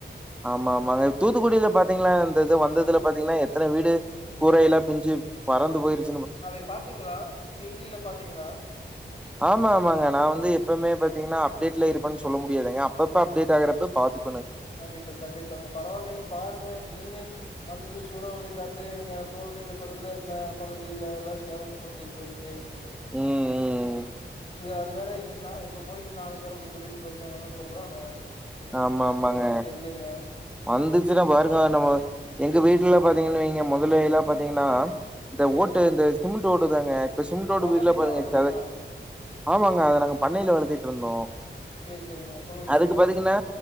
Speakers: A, in the centre; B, on the left (about 30°).
A: ஆமா ஆமாங்க தூத்துக்குடியில பாத்தீங்களன்னா தெரிது வந்ததுல பாத்தீங்கன்னா எத்தனை வீடு கூரை எல்லா பிஞ்சு பறந்து போயிருச்சு
B: அதை பாத்தீங்களா செய்தியில பாத்தீங்களா
A: ஆமா ஆமாங்க நா வந்து எப்பவுமே பாத்தீங்கன்னா அப்டேட்ல இருப்பேன்னு சொல்ல முடியாதுங்க அப்பப்ப அப்டேட் ஆகறப்ப பாத்துட்டு
B: கண்டிப்பா கண்டிப்பாங்க பரவாயில்லைங்க பாருங்க திடீர்னு வந்தது சூறாவளி காத்து இங்க டோல்கேட்டு பக்கத்துல இருந்த பகுதில எல்லா சேதத்தப்படுத்திட்டு போயிடுச்சு
A: ம் ம்
B: இது அது வேற என்ன இப்ப போயிட்டு நாளைக்கு வரும் அப்படின்னு சொல்லிட்டு போயிருக்கங்கன்னு சொல்றாங்க
A: ஆமா ஆமாங்க
B: இல்லைங்க
A: வந்துச்சுன்னா பாருங்க நம்ம எங்க வீட்டுல பாத்தீங்கன்னு வெயிங்க மொதல்ல எல்லா பாத்தீங்கன்னா இந்த
B: சரிங்க
A: ஓட்டு இந்த சிம ஓடுதாங்க இப்ப சிமெண்டோடு
B: மொதலையில
A: வீடுல பாருங்க
B: வளர்த்துறீங்களா
A: இப்ப ஆமாங்க அத நாங்க பண்னையில வளத்திட்டு இருந்தோ
B: சேரி சரிங்க சொல்லுங்க
A: அதுக்கு
B: சொல்லுங்க
A: பாத்தீங்கன்னா